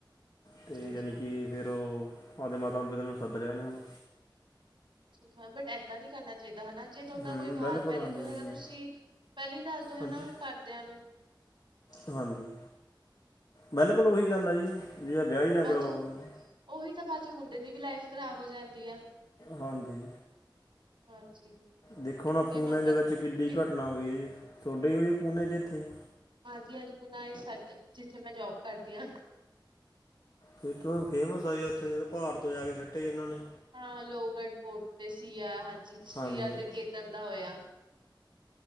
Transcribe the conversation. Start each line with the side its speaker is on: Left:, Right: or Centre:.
Right: ਅੱਛਾ-ਅੱਛਾ।
Left: ਤੇ ਯਾਨੀ ਕਿ ਫਿਰ ਉਹ ਆਪਦੇ ਮਾਤਾ ਪਿਤਾ ਨੂੰ ਸੱਦ ਲਿਆ ਨੇ ਹੁਣ।
Right: ਅੱ ਅੱਛਾ ਬਟ ਏਦਾਂ ਨੀ ਕਰਨਾ ਚਾਹੀਦਾ ਹਨਾ ਜੇ ਤੁਹਾਡਾ
Left: ਹੂੰ
Right: ਕੋਈ ਬਾਹਰ
Left: ਬਿਲਕੁਲ
Right: ਪਹਿਲੇ
Left: ਹਾਂਜੀ
Right: ਤੋਂ
Left: ਹਾਂਜੀ
Right: ਹੈਗਾ ਤੁਸੀਂ ਪਹਿਲਾ ਹੀ ਦੱਸ ਦੋ
Left: ਹਾਂਜੀ
Right: ਹਨਾ ਘਰਦਿਆਂ ਨੂੰ।
Left: ਹਾਂਜੀ, ਬਿਲਕੁਲ ਉਹੀ ਗੱਲ ਆ ਜੀ ਜੇ ਵਿਆਹ ਹੀ ਨਾ
Right: ਬਾਅਦ
Left: ਕਰਵਾ
Right: ਚੋਂ
Left: ਉਹਨੂੰ।
Right: ਉਹੀ ਤਾਂ ਬਾਅਦ ਚੋਂ ਮੁੰਡੇ ਦੀ ਵੀ ਲਾਈਫ ਖਰਾਬ ਹੋ ਜਾਂਦੀ ਆ।
Left: ਹਾਂਜੀ।
Right: ਹਾਂਜੀ।
Left: ਦੇਖੋ
Right: ਇਹ
Left: ਹੁ ਨਾ
Right: ਕੁੜੀਆਂ
Left: ਪੂਣੇੇ
Right: ਨਾਲ ਕਾਲੀ
Left: ਦੇ ਵਿੱਚ ਕਿੱਡੀ
Right: ਹੁੰਦੀ
Left: ਘਟਨਾ ਹੋਈ ਹੈ ਤੁਹਾਡੇ ਹੀ ਹੋਈ ਹੈ ਪੂਨੇ 'ਚ ਇੱਥੇ ਹੀ।
Right: ਹਾਂਜੀ -ਹਾਂਜੀ ਪੁੂਨਾ ਇਹ ਸਟ ਜਿੱਥੇ ਮੈਂ ਜੋਬ ਕਰਦੀ ਹਾਂ।
Left: ਫ ਫੇਮਸ ਆ ਉੱਥੇ ਜਦੋਂ ਪਹਾੜ ਤੋਂ ਜਾ ਕੇ ਸਿੱਟੇ ਸੀ ਉਹਨਾਂ ਨੇ।
Right: ਹਾਂ ਲੋਹਗੜ੍ਹ ਫੋਰਟ ਤੇ ਸੀਆ ਹਾਂਜੀ ਸੀਆ
Left: ਹਾਂਜੀ
Right: ਤੇ ਕੇਤਨ ਦਾ ਹੋਇਆ।